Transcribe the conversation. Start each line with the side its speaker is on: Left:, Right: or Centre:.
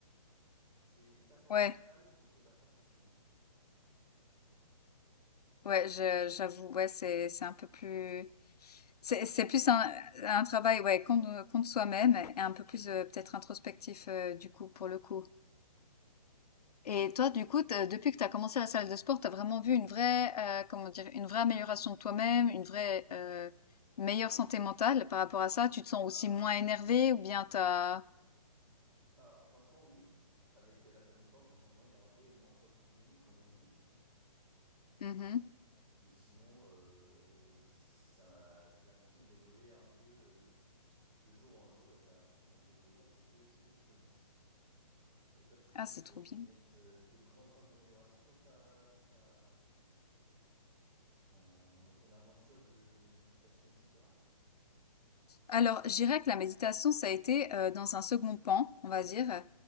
Right: C'est ta force
Left: Ouais,
Right: mentale contre ta force physique.
Left: ouais, je, j'avoue, ouais, c'est, c'est un peu plus. C'est c'est plus un un travail, ouais, contre contre soi-même et un peu plus, heu, peut-être introspectif, heu, du coup, pour le coup. Et toi, du coup, te depuis que tu as commencé la salle de sport, tu as vraiment vu une vraie, heu, comment dire? Une vraie amélioration de toi-même, une vraie, heu, meilleure santé mentale par rapport à ça? Tu te sens
Right: Bah,
Left: aussi moins énervé ou bien t'as as
Right: bah, franchement, oui. Avec euh, la salle de sport, je me sens moins énervé, moins sur le qui-vive, comme on dit.
Left: mmh
Right: Mais sinon, euh, j'ai ça, j'ai l'impression d'évoluer un peu euh, de jour en jour. Et ça, franchement, ça me fait plaisir. C'est que, c'est que du positif. Et toi, tu trouves
Left: Ah,
Right: qu'il
Left: c'est
Right: y
Left: trop
Right: a eu
Left: bien.
Right: des nettes euh, de grandes, grandes améliorations dans ta, dans ta, dans, dans ton aventure de, de méditation, etc.
Left: Alors, je dirais que la méditation, ça a été, heu, dans un second pan, on va dire.